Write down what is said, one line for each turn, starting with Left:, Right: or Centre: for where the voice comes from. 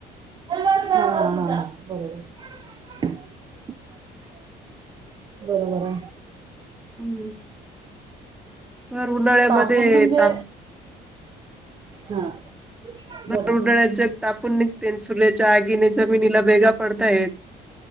Right: हा. हा. बरोबर. बरोबर हाय.
Centre: हम्म भर उन्हाळ्यामध्ये
Right: तापून म्हणजे?
Centre: ताप
Right: हा.
Centre: भर
Right: बोला
Centre: उडळ्यात जे तापून नघत. तेनसुल्याच्या आगीने जमिनीला भेगा पडतायत.